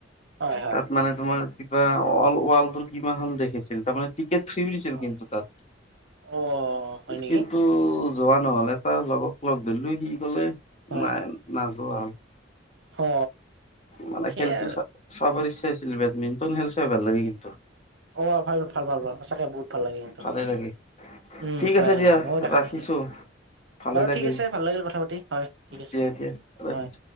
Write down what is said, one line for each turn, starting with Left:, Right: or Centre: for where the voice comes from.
Right: হয় হয়
Left: তাত মানে তোমাৰ কিবা অল ৱৰ্ল্ড কিমান খন দেখিছিল তাৰমানে। টিকেট, থ্ৰী দিছিল
Right: হয়
Left: কিন্তু তাত
Right: অ হয় নেকি
Left: কিন্তু- টো যোৱা নহ'ল এটা লগক লগ ধৰিলো সি গলে
Right: হয়
Left: নাই। নাযোৱা আৰু
Right: অ
Left: মানে
Right: সেয়াই
Left: খেলটো
Right: আৰু
Left: চা চাব ইচ্ছা আছিল বেডমিণ্ট খেল চাই ভাল লাগিল।
Right: অ ভালাল ভাল ভাল ভাল সঁচাকে বহুত ভাল লাগে সিহঁতক।
Left: ভালে লাগে
Right: উম
Left: ঠিক
Right: হয়
Left: আছে দিয়া
Right: হয় ময়ো দেখা
Left: ৰাখিছো
Right: পাইছিলো।
Left: ভালে
Right: বাৰু
Left: লাগিল
Right: ঠিক আছে ভাল লাগিল কথা পাতি হয় ঠিক আ হয়।
Left: দিয়া দিয়া ৰাখিছো